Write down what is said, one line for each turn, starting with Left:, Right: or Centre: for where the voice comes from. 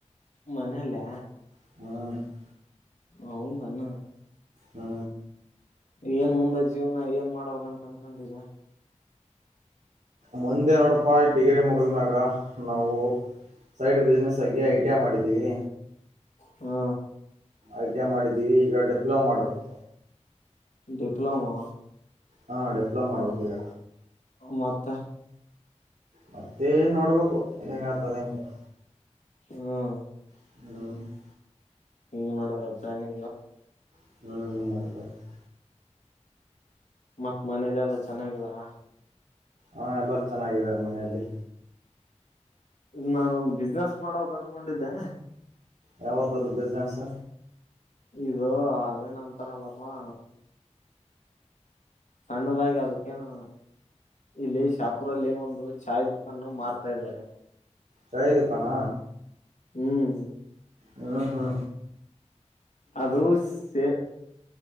Left: ಮನಲ್ಲಯ
Right: ಹ್ಮ
Left: ಹೌದಾನ
Right: ಹಾ
Left: ಏನ್ ಮುಂದ ಜೀವನ ಏನ್ ಮಾಡಾ ಬೇಕಂತ ಅನ್ಕೊಂಡಿರೀ
Right: ಮುಂದೆ ನೋಡಪಾ ಡಿಗ್ರಿ ಮುಗದ ಮ್ಯಾಗ ನಾವು ಸೈಡ್ ಬಿಸ್ನೆಸ್ ಆಗಿ ಐಟಿಯ ಮಾಡಿದ್ದೀವಿ
Left: ಹಾ
Right: ಐ ಟಿ ಐ ಮಾಡಿದ್ದೀವಿ ಈಗ ಡಿಪ್ಲೊಮಾ ಮಾಡಬೇಕು
Left: ಡಿಪ್ಲೋಮೋ
Right: ಹಾ ಡಿಪ್ಲೋಮ ಮಾಡ್ಬೇಕು ಈಗ
Left: ಮತ್ತ
Right: ಮತ್ತೆ ನೋಡ್ಬೇಕು ಎಂಗಆಗತ್ತ ಎಂಗ ಇಲ್ಲ
Left: ಹ್ಮ
Right: ಹ್ಮ
Left: ಏನ್ ಮಾಡೋದು ಇಂದು
Right: ಹ್ಮ್ ಹ್ಮ್ ಅಕ
Left: ಮತ್ ಮನೇಲೆ ಎಲ್ಲಾ ಚೆನ್ನಾಗಿದಾರ
Right: ಹಾ ಎಲ್ಲ ಚೆನ್ನಾಗಿದ್ದಾರೆ ಮನೆಯಲ್ಲಿ
Left: ಇಗ ನಾನೊಂದು ಬಿಸ್ನೆಸ್ ಮಾಡೋಕ್ ಅನ್ಕೊಂಡಿದ್ದೆ
Right: ಯಾವ್ದದು ಬಿಸ್ನೆಸ್
Left: ಇದು ಅದೇನಂತಾರಲ್ಲಪ್ಪಾ ಸಣ್ಣದಾಗಿ ಅದಕ್ಕೇನು ಇಲ್ಲಿ ಶಾಪುರಲ್ಲಿ ಒಂದು ಚಾಯ್ ದುಖಾನ್ ಮಾರ್ತಾ ಇದ್ದಾರೆ
Right: ಚಾಯಿ ದುಕಾನಾ
Left: ಹ್ಮ್
Right: ಹ್ಮ ಹ್ಮ
Left: ಅದು ಸೇ